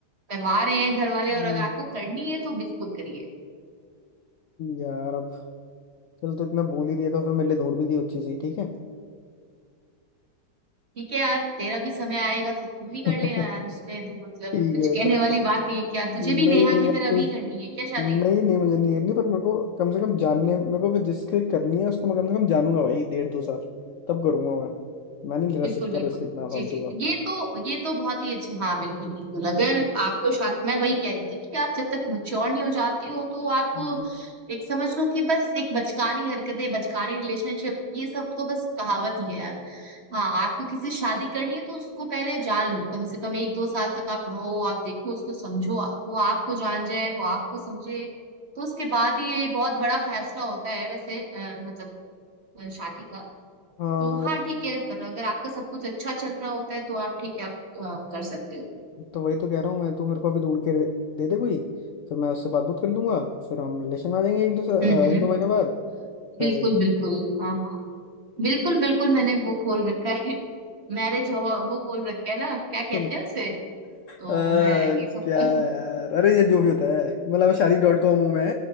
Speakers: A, on the right; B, on the left.
A: करवा रहे हैं घर वाले
B: हम्म,
A: और अगर आपको करनी है तो बिल्कुल करिए
B: यार अब चल तो इतना बोल ही रही है तो फिर मेरे लिए ढूंढ भी दी अच्छी सी ठीक है
A: ठीक है यार तेरा भी समय आएगा फिर तुम
B: <laughs>
A: भी कर लेना यार उसमें तो मतलब
B: ठीक
A: कुछ
B: है
A: कहने
B: पर तो
A: वाली बात नहीं है क्या
B: नहीं
A: तुझे भी नेहा
B: नहीं
A: की तरह
B: अब तो
A: भी करनी है क्या शादी
B: नहीं नहीं मुझे नहीं करनी पर मेरे को कम से कम जानने मेरे को कि जिसके करनी है उसको मैं कम से कम जानूंगा भाई डेढ़ दो साल तब करूंगा मैं मैं नहीं ले
A: बिल्कुल
B: सकता
A: बिल्कुल
B: रिस्क इतना फालतू
A: जी जी
B: का
A: ये तो ये तो बहुत ही अच्छा हाँ बिल्कुल बिल्कुल अगर आपको शादी मैं वही कह रही थी कि आप जब तक मैच्योर नहीं हो जाते हो तो आप
B: हम्म।
A: एक समझ लो कि बस एक बचकानी हरकतें बचकानी रिलेशनशिप ये सब तो बस कहावत ही है यार हाँ आपको किसी से शादी करनी है तो उसको पहले जान लो कम से कम एक दो साल तक आप रहो आप देखो उसको समझो वो आपको जान जाए वो आपको समझे तो उसके बाद ही ये बहुत बड़ा फैसला होता है वैसे अ, मतलब अ, शादी का
B: हाँ
A: तो
B: वो-
A: हाँ ठीक है पर अगर आपका सब कुछ अच्छा चल रहा होता है तो आप ठीक है आप, आप कर सकते हो
B: तो वही तो कह रहा हूँ मैं तू मेरे को अभी ढूंढ के दे दे कोई फिर मैं उससे बात बात कर लूंगा फिर हम रिलेशन में आ जाएंगे एक दो सा-
A: हम्म हम्म,
B: एक दो महीने बाद फिर
A: बिल्कुल बिल्कुल हाँ हाँ बिल्कुल बिल्कुल मैंने वो खोल रखा है <laughs> मैरिज हो वो खोल रखा है ना क्या कहते
B: <laughs>
A: हैं उसे तो
B: आ,
A: मैं ये सब
B: क्या
A: कर
B: यार अरे ये जो भी होता है मतलब शादी डॉट कॉम हूँ मैं